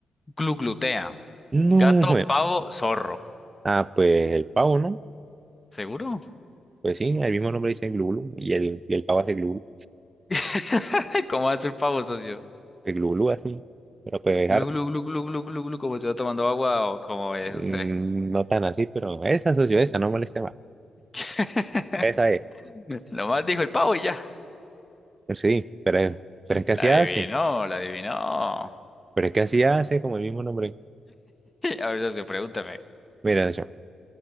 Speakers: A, on the left; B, on the right.
A: gluglutea?
B: No,
A: Gato, pavo, zorro.
B: Ah, pues el pavo, ¿no?
A: ¿Seguro?
B: Pues sí, el mismo nombre dice glulu y el, y el pavo hace glulu,
A: <laughs> ¿Cómo hace el pavo, socio?
B: el glulu así, pero pues es harto.
A: Glu, glu, glu, glu, glu, glu, glu, como yo tomando agua o como es
B: Mm,
A: usted.
B: No tan así, pero esa socio, esa, no moleste más.
A: <laughs>
B: Esa es,
A: Nomás dijo el pavo y ya.
B: Pues sí, pero, es- pero es que
A: La
B: así
A: adivinó,
B: hace,
A: la adivinó. <laughs>
B: pero es que así hace como el mismo nombre.
A: A ver, socio, pregúntame.
B: Mira, socio,